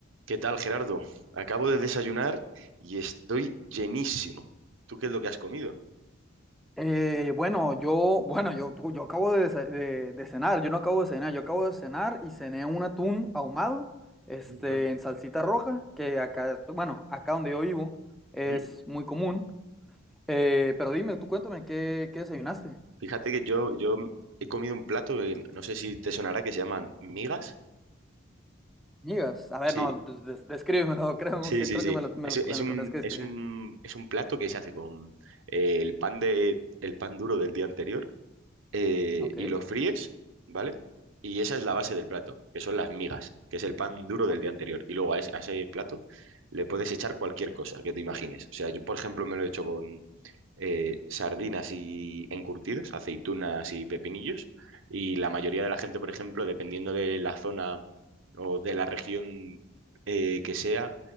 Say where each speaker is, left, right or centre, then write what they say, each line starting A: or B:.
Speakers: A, on the right (about 85°); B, in the centre.
A: ¿Qué tal, Gerardo? Acabo de desayunar y estoy llenísimo. ¿Tú qué es lo que has comido?
B: Eh, bueno, yo, bueno, yo, yo acabo de, ce- de- de cenar, yo no acabo de cenar, yo acabo de cenar y cené un atún ahumado, este,
A: Mm, No.
B: en salsita roja, que acá, bueno, acá donde yo vivo es
A: ¿Mm?
B: muy común. Eh, pero dime, tú cuéntame, ¿qué, qué desayunaste?
A: Fíjate que yo, yo he comido un plato que no sé si te sonará, que se llaman migas.
B: Migas, a ver,
A: Sí,
B: no, pues, des- descríbemelo, <laughs> creo
A: sí,
B: que,
A: sí,
B: creo
A: sí.
B: que me lo, me
A: Es,
B: lo-
A: es
B: me lo
A: un,
B: tendrás que describir.
A: es un, es un plato que se hace con eh, el pan de, el pan duro del día anterior eh,
B: Ok,
A: y lo fríes, ¿vale? Y esa es la base del plato, que son las migas, que es el pan duro del
B: ok.
A: día anterior. Y luego a ese, a ese plato le puedes echar cualquier cosa que te imagines. O sea, yo, por ejemplo, me lo he hecho con, eh, sardinas y encurtidos, aceitunas y pepinillos. Y la mayoría de la gente, por ejemplo, dependiendo de la zona o de la región eh, que sea,